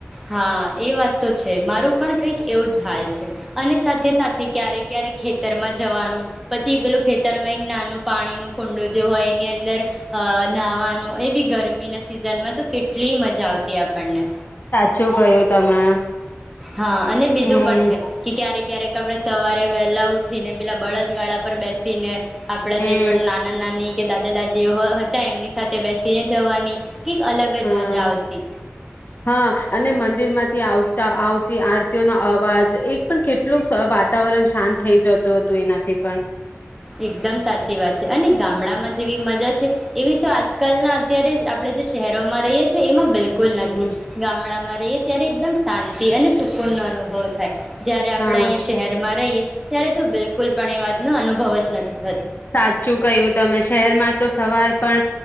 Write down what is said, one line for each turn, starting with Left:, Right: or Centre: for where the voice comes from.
Centre: હા, એ વાત તો છે, મારું પણ કંઈક એવુંજ હાલ છે અને સાથે સાથે ક્યારે ક્યારે ખેતરમાંજ જવાનું, પછી પેલું ખેતરમાં એક નાનું પાણીનું કુંડું જે હોય એની અંદર નાહાવાનું એ બી ગરમીના સિઝનમાં, તો કેટલી મજા આવતી આપણને.
Left: ચુ કહ્યું તમે?
Centre: હા અને બીજું
Left: હમ
Centre: પણ છે કે ક્યારેક ક્યારેક આપડે સવારે વહેલા ઉઠીને, પેલા બળદગાળા પર બેસી ને આપડા
Left: હમ
Centre: જે પણ નાના નાની કે દાદા દાદીઓ હતા, એમની સાથે બેસીને જવાની કંઈક અલગ જ
Left: હમ્મ,
Centre: મજા આવતી
Left: હા અને મંદિર માંથી આવ તા આવતી આરતીઓ ના અવાજ એક પણ કેટલું વાતાવરણ શાંત થઈ જતું હતું, એનાથી પણ.
Centre: એકદમ સાચી વાત છે અને ગામડામાં જેવી મજા છે, એવી તો આજકાલના અત્યારે જ આપણે જે શહેરોમાં રહીએ છીએ એમાં બિલકુલ. બલકુલ નથી,
Left: હમ
Centre: ગામડામાં રહી ત્યારે એકદમ શાંતિ અને સુકૂનનો અનુભવ જયારે આપણે
Left: હા
Centre: અહીંયા શહેરમાં રહીએ ત્યારે તો બિલકુલ પણ એ વાતનો અનુભવ જ નથી.
Left: સાચું કહ્યું તમે શહેરમાં તો સવાર પણ